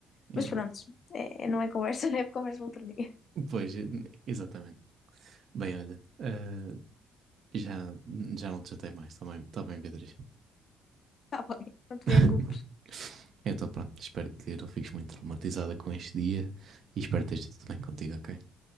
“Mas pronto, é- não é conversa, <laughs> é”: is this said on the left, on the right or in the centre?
Left